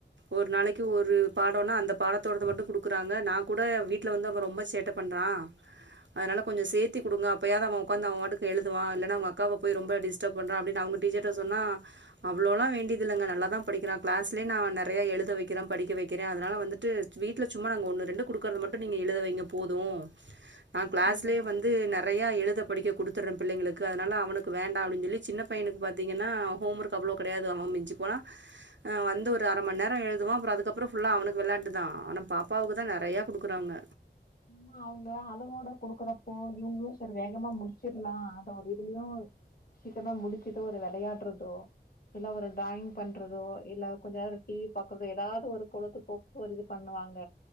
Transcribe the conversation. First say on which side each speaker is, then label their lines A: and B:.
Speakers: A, on the right; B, on the left.
A: ஒரு நாளைக்கு ஒரு பாடம்னா அந்த பாடத்தோடத மட்டும் கொடுக்குறாங்க நா கூட வீட்டில் வந்து நம் ரொம்ப சேட்டை பண்ணுறான் அதனால் கொஞ்சம் சேர்த்தி கொடுங்க அப்பயாவ அவன் உக்காந்து அவன்வாட்டுக்கு எழுதுவான் இல்லன்னா அவுங்க அக்காவ போய் ரொம்ப டிஸ்டர்ப் பன்றா அப்டினு அவுங்க டீச்சர்ட சொன்னா அவ்ளோலாம் வேண்டியதில்லங்க நல்ல தான் படிக்கிறான் கிளஸ்லே நா நெறைய எழுத வக்கிறே படிக்க வக்கிறே அதனால வந்துட்டு வீட்டில் சும்மா நாங்க ஒன்னு ரெண்டு கொடுக்கறத மட்டும் நீங்க எழுத வைங்க போதும் ஆஹ்
B: ஆமாங்க
A: கிளாஸ் லயே வந்து நெறைய எழுத படிக்க கொடுத்துறே பிள்ளைங்களுக்கு அதனால அவனுக்கு வேண்டாம் அப்டின்னு சொல்லி சின்ன பையனுக்கு பாத்தீங்கன்னா ஹோம் ஒர்க் அவ்வளோ கிடையாது அவன் மிஞ்சு போனாஹ் வந்து ஒரு அரை மணி நேரம் எழுதுவான் அப்புறம் அதுக்கப்புறம் ஃபுல்லா அவனுக்கு விளையாட்டுதான் ஆனா பாப்பாவுக்கு தான் நெறைய கொடுக்குறாங்க
B: ஆம்மா அவங்க அளவோட கொடுக்குறப்போ இவங்களும் சரி வேகமா முடிச்சிரலாம் அதோ ஒரு இதுலயும் சீக்கிரமா முடிச்சுட்டு ஒரு விளையாடுறதோ இல்ல ஒரு டிராயிங் பண்றதோ இல்ல கொஞ்சம் நேர டிவி பாக்குறதோ ஏதாவது ஒரு பொழுத்து போக்கு ஒரு இது பண்ணுவாங்க